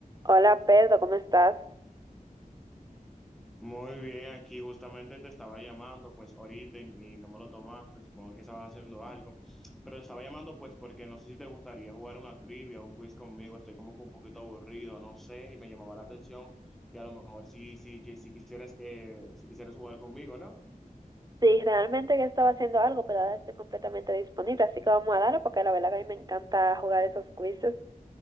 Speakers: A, on the right (about 25°); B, in the centre.
A: Hola Pedro, ¿cómo estás?
B: Muy bien, aquí justamente te estaba llamando pues ahorita y, y no me lo tomaste, supongo que estabas haciendo algo, pero te estaba llamando pues porque no sé si te gustaría jugar una trivia, un quiz conmigo, estoy como que un poquito aburrido, no sé, y me llamaba la atención que a lo mejor sí, sí, que si quisieras que, si quisieras jugar conmigo, ¿no?
A: Sí, realmente que estaba haciendo algo, pero ahora estoy completamente disponible, así que vamos a darle porque la verdad que a mí me encanta jugar esos quizzes.